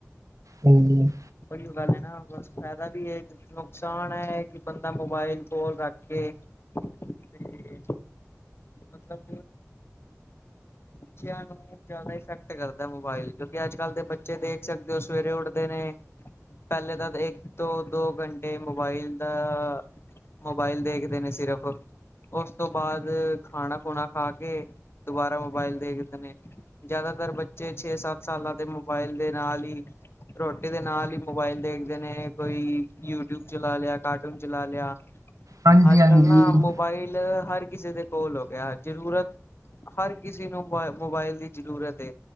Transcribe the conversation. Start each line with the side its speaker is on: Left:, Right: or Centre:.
Right: ਹਾਂਜੀ!
Left: ਓਹੀਓ ਗੱਲ ਏ ਨਾ ਬਸ ਫਾਇਦਾ ਵੀ ਏ। ਨੁਕਸਾਨਯ ਆ ਕਿ ਬੰਦਾ ਮੋਬਾਇਲ ਕੋਲ ਰੱਖ ਕੇ ਤੇ ਮਤਲਬ ਚਿਆ ਨੂੰ ਜ਼ਿਆਦਾ ਇਫੈਕਟ ਕਰਦਾ ਮੋਬਾਇਲ, ਕਿਉਂਕਿ ਅੱਜ ਕੱਲ ਦੇ ਬੱਚੇ ਦੇਖ ਸਕਦੇ ਹੋ, ਸੁਵੇਰੇ ਉੱਠਦੇ ਨੇ।, ਪਹਿਲੇ ਤਾ ਇੱਕ ਦੋ ਦੋ ਘੰਟੇ ਮੋਬਾਈਲ ਦਾ ਮੋਬਾਈਲ ਦੇਖਦੇ ਨੇ ਸਿਰਫ਼। ਉਸ ਤੋ ਬਾਅਦ ਖਾਣਾ ਖੁਣਾ ਖਾ ਕੇ, ਦੁਬਾਰਾ ਮੋਬਾਇਲ ਦੇਖਦੇ ਨੇ। ਜਿਆਦਾਤਰ ਬੱਚੇ ਛੇ ਸੱਤ ਸਾਲਾਂ ਦੇ ਮੋਬਾਇਲ ਦੇ ਨਾਲ ਹੀ ਰੋਟੀ ਦੇ ਨਾਲ ਹੀ ਮੋਬਾਈਲ ਦੇਖਦੇ ਨੇ ਕੋਈ ਯੂਟਿਊਬ ਚਲਾ ਲਿਆ ਕਾਰਟੂਨ ਚਲਾ ਲਿਆ।
Right: ਹਾਂਜੀ,
Left: ਅੱਜ ਕੱਲ
Right: ਹਾਂਜੀ,
Left: ਨਾ ਮੋਬਾਇਲ ਹਰ ਕਿਸੇ ਦੇ ਕੋਲ ਹੋ ਗਿਆ ਜ਼ਰੂਰਤ, ਹਰ ਕਿਸੀ ਨੂੰ ਮੋ ਮੋਬਾਇਲ ਦੀ ਜਰੂਰਤ ਏ,